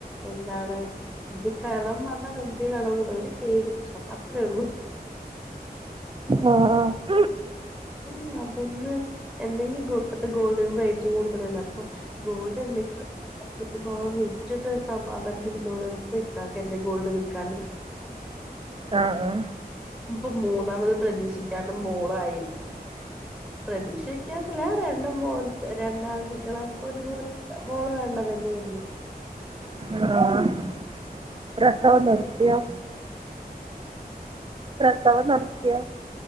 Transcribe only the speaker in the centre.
എന്താണ് ഈ കടം പറഞ്ഞാ വല്യ കടൊന്നും ഇല്ല ഒര് ഏഴ് ലക്ഷം അത്രേ ഉള്ളൂ
ഉം അതൊന്ന് എന്തെങ്കി ഗോ ഇപ്പത്തെ ഗോൾഡിന് റേറ്റ് കൂടുതലല്ലെ അപ്പം ഗോൾഡ് <unintelligible> ൻ വിച്ചിട്ട് സമാധാനം പിരുന്നോടെ ഇക്കാക്ക് എൻ്റെ ഗോൾഡ് വിൽക്കാണ്
ഇപ്പൊ മൂന്നാമത് പ്രതീക്ഷിക്കാത്ത മോളായി പ്രതീക്ഷക്കാല്ല രണ്ട് മോന്ക്ക് രണ്ട് ആൺകുട്ടികളപ്പൊ ഒരു മോ മോള് വേണ്ടത് തന്നെയായിരുന്നു